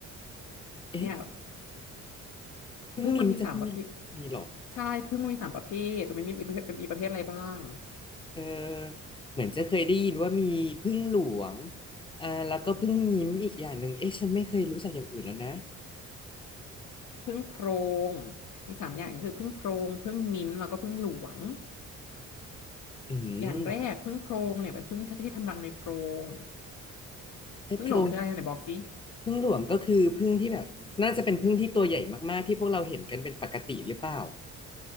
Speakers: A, on the left (about 15°); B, on the left (about 80°).
A: เอ๊ะ
B: เนี่ย
A: ผึ้งมิมจะไม่มีมีเหรอ
B: พึ่งมันมีสามประเภทใช่พึ่งมันมีสามประเภทรู้ไหมันมีเป็นเป็นมีประเภทอะไรบ้าง
A: เออเหมือนจะเคยได้ยินว่ามีผึ้งหลวงอ่าแล้วก็ผึ้งมิมอีกอย่างหนึ่งเอ๊ะฉันไม่เคยรู้จักอย่างอื่นแล้วนะ
B: พึ่งโพรงมีสามอย่างคือพึ่งโพรงพึ่งมิมแล้วก็พึ่งหลวง
A: อืม
B: อย่างแรกพึ่งโพรงเนี่ยเป็นพึ่งที่ทำรังในโพรง
A: ไอ้โพรง
B: พึ่งหลวงคืออะไรไหนบอกสิ
A: ผึ้งหลวงก็คือผึ้งที่แบบน่าจะเป็นผึ้งที่ตัวใหญ่มากๆที่พวกเราเห็นกันเป็นปกติหรือเปล่า